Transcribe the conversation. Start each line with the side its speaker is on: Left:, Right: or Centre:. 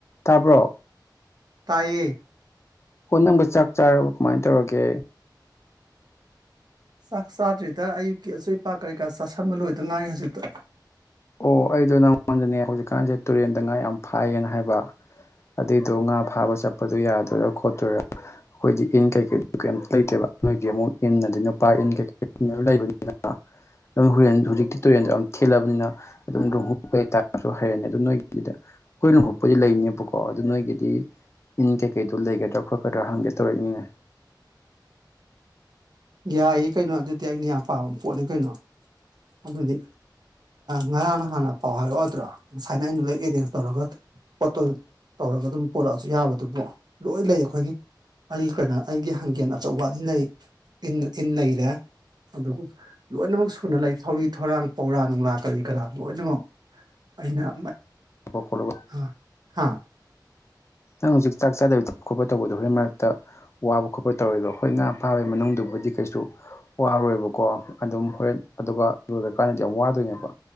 Left: ꯇꯥꯕ꯭ꯔꯣ꯫
Right: ꯇꯥꯏꯌꯦ꯫
Left: ꯍꯣ ꯅꯪꯕꯨ ꯆꯥꯛ ꯆꯥꯔꯕ ꯀꯃꯥꯏꯟ ꯇꯧꯔꯒꯦ꯫
Right: ꯆꯥꯛ ꯆꯥꯗ꯭ꯔꯤꯗ ꯑꯌꯨꯛꯀꯤ ꯑꯆꯣꯏꯄꯥ ꯀꯔꯤ ꯀꯥ ꯆꯥꯥꯁꯟꯕ ꯂꯣꯏꯗ ꯉꯥꯏꯔꯤ ꯍꯧꯖꯤꯛꯇ꯫
Left: ꯑꯣ ꯑꯩꯗꯣ ꯅꯪꯉꯣꯟꯗꯅꯦ ꯍꯧꯖꯤꯛꯀꯥꯟꯁꯦ ꯇꯨꯔꯦꯟꯗ ꯉꯥ ꯌꯥꯝ ꯐꯥꯏꯌꯦꯅ ꯍꯥꯏꯕ꯫ ꯑꯗꯨꯏꯗꯣ ꯉꯥ ꯐꯥꯕ ꯆꯠꯄꯗꯣ ꯌꯥꯗꯣꯏꯔꯥ ꯈꯣꯠꯇꯣꯏꯔꯥ꯫ ꯑꯩꯈꯣꯏꯗꯤ ꯏꯟ ꯀꯩꯀꯩꯗꯨ ꯀꯩꯝꯇ ꯂꯩꯇꯦꯕ ꯅꯣꯏꯗꯤ ꯑꯃꯨꯛ ꯏꯟꯅꯗꯤ ꯅꯨꯄꯥ ꯏꯟ ꯀꯩꯀꯩ ꯂꯩꯕꯅꯤꯅ꯫ ꯑꯗꯨ ꯍꯣꯔꯦꯟ ꯍꯧꯖꯤꯛꯇꯤ ꯇꯨꯔꯦꯟꯗꯣ ꯌꯥꯝ ꯊꯦꯜꯂꯕꯅꯤꯅ꯫ ꯑꯗꯨꯝ ꯔꯨꯝꯍꯨ ꯀꯩꯇꯥꯥꯔꯁꯨ ꯍꯩꯔꯅꯤ ꯑꯗꯨ ꯅꯣꯏꯒꯤꯗ꯫ ꯑꯩꯈꯣꯏ ꯂꯨꯍꯨꯛꯄꯨꯗꯤ ꯂꯩꯅꯦꯕꯀꯣ ꯑꯗꯨ ꯅꯣꯏꯒꯤꯗꯤ꯫ ꯏꯟ ꯀꯩꯀꯩꯗꯨꯣ ꯂꯩꯒꯗ꯭ꯔꯥ ꯈꯣꯠꯀꯗ꯭ꯔꯥ ꯍꯪꯒꯦ ꯇꯧꯔꯛꯏꯅꯦ꯫
Right: ꯌꯥꯏꯌꯦ ꯀꯩꯅꯣ ꯑꯗꯨꯗꯤ ꯑꯩꯅ ꯌꯥꯝ ꯄꯥꯝꯕ ꯄꯣꯠꯅꯤ ꯀꯩꯅꯣ ꯑꯗꯨꯗꯤ꯫ ꯉꯔꯥꯡꯅ ꯍꯥꯟꯅ ꯄꯥꯎ ꯍꯥꯏꯔꯛꯑꯣꯗ꯭ꯔꯣ ꯉꯁꯥꯏꯅ ꯑꯩꯅ ꯂꯣꯏ ꯑꯦꯔꯦꯟꯖ ꯇꯧꯔꯒ꯫ ꯄꯣꯠꯇꯣ ꯇꯧꯔꯒ ꯑꯗꯨꯝ ꯄꯨꯔꯛꯑꯁꯨ ꯌꯥꯕꯗꯨꯕꯨ ꯂꯣꯏ ꯂꯩ ꯑꯩꯈꯣꯏꯒꯤ꯫ ꯑꯩ ꯀꯩꯅꯣ ꯑꯩꯒꯤ ꯍꯥꯡꯒꯦꯟ ꯑꯆꯧꯕ ꯑꯅꯤ ꯂꯩ꯫ ꯑꯗꯨꯕꯨ ꯂꯣꯏꯅꯃꯛ ꯁꯨꯅ ꯂꯩ ꯊꯧꯔꯤ ꯊꯧꯔꯥꯡ ꯄꯧꯔꯥ ꯅꯨꯡꯂꯥ ꯀꯔꯤ ꯀꯔꯥ ꯂꯣꯏꯅꯃꯛ꯫ ꯑꯩꯅ꯫
Left: <unintelligible>
Right: ꯑ ꯍꯥꯥ꯫
Left: ꯅꯪ ꯍꯧꯖꯤꯛ ꯆꯥꯛ ꯆꯥꯗꯕꯤ ꯊꯛꯄ ꯈꯣꯠꯄ ꯇꯧꯕꯗꯣ ꯍꯣꯔꯦꯟ ꯃꯔꯛꯇ꯫ ꯋꯥꯕ ꯈꯣꯠꯄ ꯇꯧꯔꯦꯗꯣ ꯍꯣꯏ ꯉꯥ ꯐꯥꯕꯩ ꯃꯅꯨꯡꯗꯨꯕꯨꯗꯤ ꯀꯩꯁꯨ꯫ ꯋꯥꯔꯣꯏꯕꯀꯣ ꯑꯗꯨꯝ ꯍꯣꯔꯦꯟ ꯑꯗꯨꯒ ꯂꯣꯏꯔꯀꯥꯟꯗꯗꯤ ꯌꯥꯝ ꯋꯥꯗꯣꯏꯅꯦꯕ